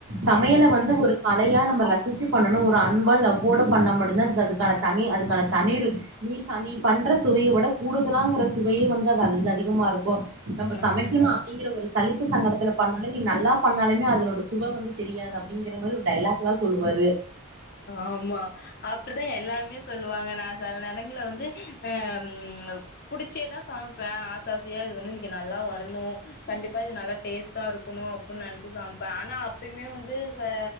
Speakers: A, on the right; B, on the left.
A: சமையல
B: ம்
A: வ ந்து ஒரு கலையா நம்ம ரசிச்சு பண்ணணு ஒரு அன்பா லவ்வோட பண்ணா மட்டு தா அதுக்கான தனி அதுக்கான தனிரு நீ ச நீ பண்ற சுவைய விட கூடுதலாங்கற சுவையே வந்து அது அதுந்து அதிகமா இருக்கு நம்ம
B: ம்
A: சமைக்கணு
B: ம்
A: அப்டிங்கிற ஒரு சளிப்பு சங்கடத்துல பண்ணாலே நீ நல்லா பண்ணாலுமே அதனோட சுவ வந்து தெரியாது அப்டிங்கிற மாரி ஒரு டைலாக்லா சொல்லுவாரு
B: ஆம்மா அப்டி தா எல்லாருமே சொல்லுவாங்க நா செல் நேரங்கள்ல வந்து அ ம் புடிச்சே தா சமப்பே ஆச ஆசையா இது வந்து இன்னிக்கு நல்லா வரணு கண்டிப்பா இது நல்லா டேஸ்ட்டா இருக்கணு அப்ன்னு நெனச்சு சமப்பே ஆனா அப்பயுமே வந்து ச